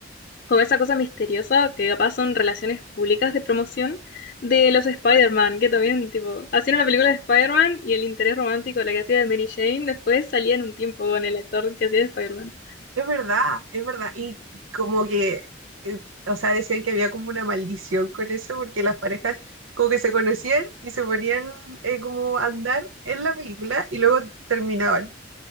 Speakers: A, on the left; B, on the right.
A: como esa cosa misteriosa que capaz son relaciones públicas de promoción de los Spider-Man, que también, tipo, hacían la película de Spider-Man y el interés romántico, la que hacía de Mary Jane, después salía en un tiempo con el actor que hacía de Spider-Man.
B: Es verdad, es verdad. Y como que, eh, o sea, decían que había como una maldición con eso, porque las parejas como que se conocían y se ponían eh, como a andar en la película y luego terminaban.